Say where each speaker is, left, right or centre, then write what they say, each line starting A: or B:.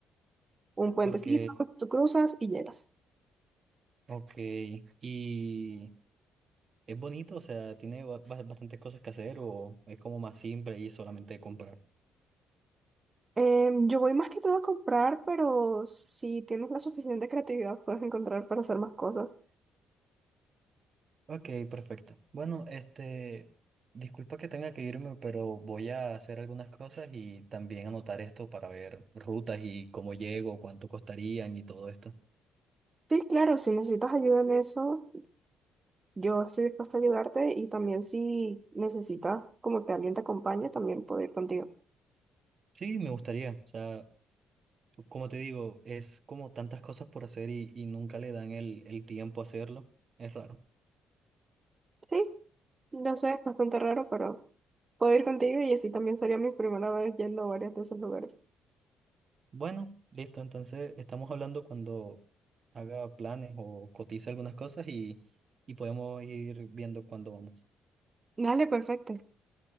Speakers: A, on the right; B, on the right.
A: Un puentecito,
B: Ok,
A: tú cruzas y llegas.
B: ok. ¿Y es bonito? O sea, ¿tiene ba- ba- bastantes cosas que hacer o es como más simple y solamente comprar?
A: Em, yo voy más que todo a comprar, pero si tienes la suficiente creatividad puedes encontrar para hacer más cosas.
B: Ok, perfecto. Bueno, este, disculpa que tenga que irme, pero voy a hacer algunas cosas y también anotar esto para ver rutas y cómo llego, cuánto costarían y todo esto.
A: Sí, claro, si necesitas ayuda en eso, Yo estoy dispuesta a ayudarte y también si necesitas como que alguien te acompañe, también puedo ir contigo.
B: Sí, me gustaría. O sea, como te digo, es como tantas cosas por hacer y, y nunca le dan el, el tiempo a hacerlo. Es raro.
A: Sí, no sé, es bastante raro, pero puedo ir contigo y así también sería mi primera vez yendo a varios de esos lugares.
B: Bueno, listo. Entonces, estamos hablando cuando haga planes o cotice algunas cosas y, y podemos ir viendo cuándo vamos.
A: Dale, perfecto.